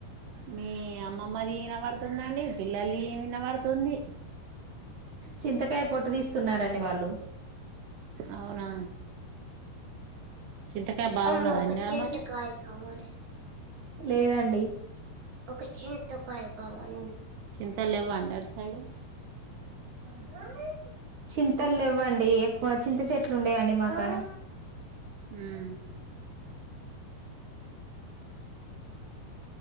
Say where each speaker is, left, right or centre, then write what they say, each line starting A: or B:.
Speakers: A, on the right; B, on the right.
A: మీ అమ్మమ్మ దన పడుత పతుందండి పిల్లల్ వినబడుతుంది
B: చింతకాయ పొట్టు తీస్తున్నారండి వాళ్ళు
A: అవునా చింతకాయ బాగున్నదా
B: అమకు
A: అండి ఆడ
B: చిింటకాయ
A: మరి
B: కావడ లేదండి ఒక చింతకాయ కావాల
A: చింతల్ లేవు అండి అట్ సైడు
B: అవు చింతల్ లెవ్వండి ఎక్కువ చింత చెట్లు ఉండయండి మాకడా
A: ఉమ్